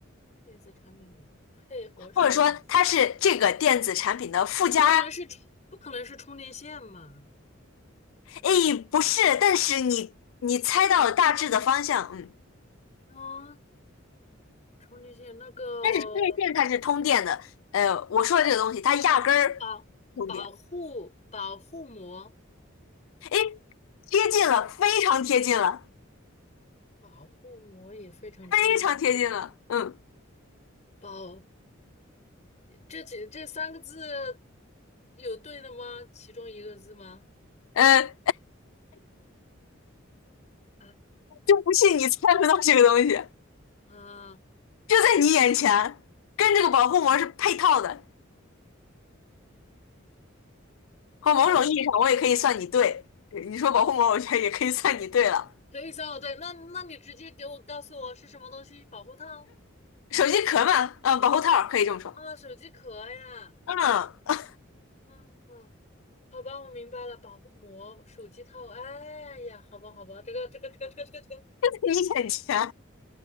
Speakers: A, on the left (about 35°); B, on the left (about 80°).
A: 电子产品配合使用的，
B: 或者说它是这个电子产品的附加？
A: 不可能是充，不可能是充电线嘛？
B: 诶，不是，但是你你猜到了大致的方向，嗯，
A: 嗯，充电线那个
B: 但是充电线它是通电的，呃，我说的这个东西它压根儿通电，
A: 保保护保护膜，
B: 诶，贴近了，非常贴近了，
A: 保护膜也非常接近，
B: 非常贴近了，嗯，
A: 保这几这三个字有对的吗？其中一个字吗？
B: 呃，
A: 啊，
B: 就不信你猜不到这个东西，
A: 啊，
B: 就在你眼前，跟这个保护膜是配套的，或某种意义上我也可以算你对，呃你说保护膜，我觉得也可以算你对了，
A: 可以算我对。那那你直接给我告诉我是什么东西？保护套
B: 手机壳嘛，嗯，保护套儿可以这么说，
A: 啊，手机壳呀。
B: 嗯。
A: 啊啊，好吧，我明白了，保护膜、手机套。哎呀，好吧，好吧，这个这个这个这个这个这个，
B: <laughs> 你眼前